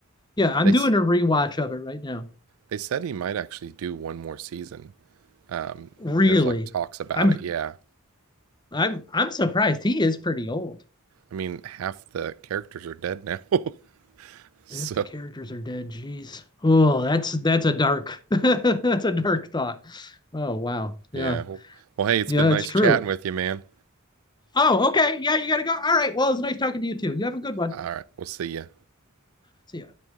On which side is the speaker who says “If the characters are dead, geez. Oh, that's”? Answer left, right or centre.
Left